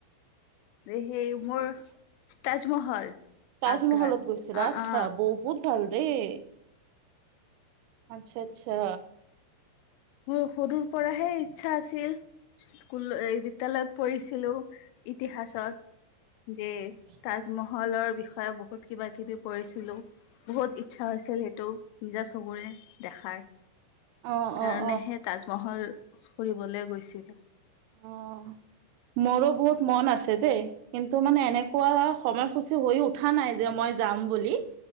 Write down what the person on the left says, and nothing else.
যে সেই মোৰ তাজমহল
আগ্ৰাত
অ
অ
মোৰ সৰুৰ পৰাহে ইচ্ছা আছিল। স্কুল এই বিদ্যালয়ত পঢ়িছিলো ইতিহাসত। যে
তাজমহলৰ বিষয়ে বহুত কিবা কিবি পঢ়িছিলোঁ। বহুত ইচ্ছা হৈছিল সেইটো নিজা চকুৰে দেখাৰ
কাৰণেহে তাজমহল ফুৰিবলৈ গৈছিলো।